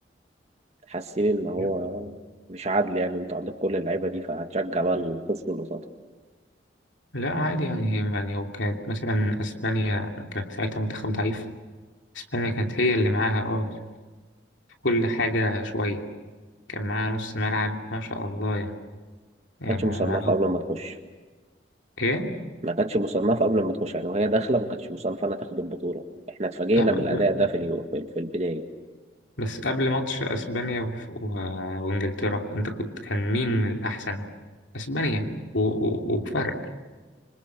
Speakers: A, on the right; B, on the left.
A: حاسين ان هو
B: يعني.
A: مش عادل يعني انتوا عندك كل اللعيبه دي فهتشجع بقى الخصم اللي قصادك
B: لا عادي يعني هي يعني هو كانت مثلا أسبانيا كانت ساعتها منتخب ضعيف أسبانيا كانت هي اللي معاها اه في كل حاجة شوية كان معاها نص ملعب ما شاء الله يعني يعني
A: ما كانتش
B: مع-
A: مصنفه
B: معاهم
A: قبل ما تخش
B: إيه؟
A: ما كانتش مصنفه قبل ما تخش يعني وهي داخله ما كانتش مصنفه انها تاخد البطوله احنا اتفاجئنا
B: آه، ب-
A: بالاداء ده
B: ب-
A: في اليو- في في البدايه
B: بس قبل ماتش أسبانيا وف- و- وإنجلترا أنت كنت كان مين الأحسن؟ أسبانيا و- و- وبفرق